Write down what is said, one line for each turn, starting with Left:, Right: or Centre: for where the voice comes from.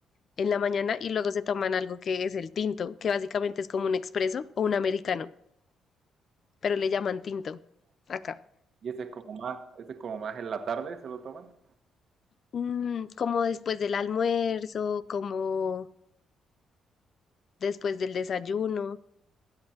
Left: en la mañana y luego se toman algo que es el tinto, que básicamente es como un expreso o un americano, pero le llaman tinto acá.
Right: Y ese es como más, ese es como más en la tarde, ¿se lo toman?
Left: Mm, como después del almuerzo, como después del desayuno,